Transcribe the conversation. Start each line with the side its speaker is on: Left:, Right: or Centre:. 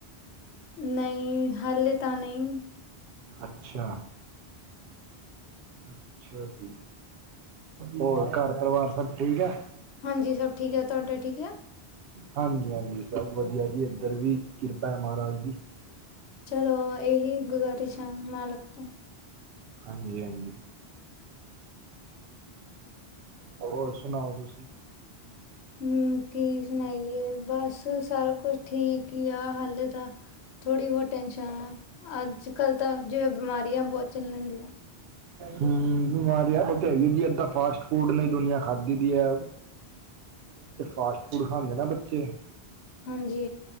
Left: ਨਈ ਹਾਲੇ ਤਾ ਨਈ
Right: ਅੱਛਾ ਅੱਛਾ ਜੀ, ਹੋਰ ਘੱਰ ਪਰਵਾਰ ਸਭ ਠੀਕ ਐ?
Left: ਹਾਂਜੀ ਸਭ ਠੀਕ ਐ, ਤੁਆਡੇ ਠੀਕ ਐ?
Right: ਹਾਂਜੀ-ਹਾਂਜੀ ਸਭ ਵਧੀਆ ਜੀ ਏਧਰ ਵੀ ਕਿਰਪਾ ਮਾਰਾਜ ਦੀ
Left: ਚਲੋ ਏਹੀ ਗੁਜ਼ਾਰਿਸ਼ ਆਂ ਮਾਲਕ ਤੋ
Right: ਹਾਂਜੀ-ਹਾਂਜੀ। ਔਰ ਸੁਣਾਓ ਤੁਸੀ?
Left: ਹੂੰ, ਕੀ ਸੁਣਾਈਏ ਬੱਸ ਸਾਰਾ ਕੁੱਛ ਠੀਕ ਈ ਆ ਹਾਲੇ ਤਾ ਥੋੜੀ ਵੋ ਟੈਸ਼ਣਾ ਅੱਜ-ਕੱਲ ਤਾ ਜਿਵੇ ਬਿਮਾਰੀਆਂ ਬੋਤ ਚੱਲਣ ਦੀਆ
Right: ਹੂੰ, ਬਿਮਾਰੀਆ ਓ ਤੇ ਹੈ ਈ ਐ ਜੀ, ਅੱਧਾ ਫਾਸਟ ਫੂਡ ਨੇ ਦੁਨੀਆ ਖਾਧੀ ਦੀ ਐ ਤੇ ਫਾਸਟ ਫੂਡ ਖਾਂਦੇ ਨਾ ਬੱਚੇ
Left: ਹਾਂਜੀ